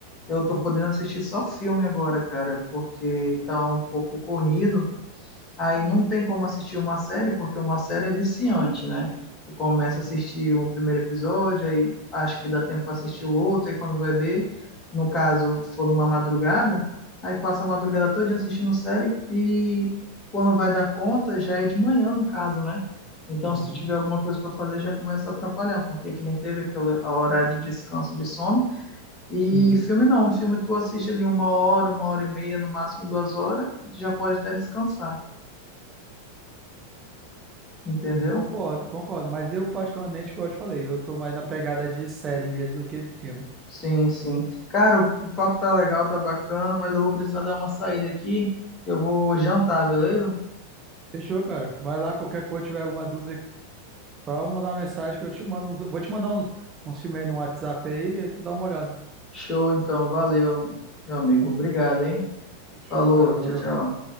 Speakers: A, on the left; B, on the right.
A: Eu tô
B: Uhum,
A: podendo assistir só filme agora, cara, porque tá um pouco corrido. Aí não tem como assistir uma série, porque uma série é viciante, né? Tu começa
B: uhum,
A: a assistir o primeiro episódio, aí acha que dá tempo pra assistir o outro, aí quando vai ver, no caso, for numa madrugada, aí passa a madrugada toda assistindo série e quando vai dar conta, já é de manhã, no caso, né? Então,
B: uhum,
A: se
B: uhum.
A: tu tiver alguma coisa pra fazer, já começa a atrapalhar, porque tu não teve aquele horário de descanso de sono e
B: Sim,
A: filme não, filme tu assiste ali uma hora, uma hora e meia, no máximo duas horas, tu já pode até descansar, entendeu?
B: sim, concordo, concordo. Mas eu particularmente, como eu te falei, eu tô mais na pegada de série mesmo do que de filme.
A: Sim, sim. Cara, o papo tá legal, tá bacana, mas eu vou precisar dar uma saída aqui. Eu vou jantar, beleza?
B: Fechou, cara. Vai lá, qualquer coisa, tiver alguma dúvida Só mandar uma mensagem que eu te mando. uns- Vou te mandar uns, uns filmes aí no WhatsApp aí, aí tu dá uma olhada.
A: Show então, valeu, meu amigo. Obrigado, hein?
B: Fechou,
A: Falou,
B: cara. Valeu.
A: tchau, tchau.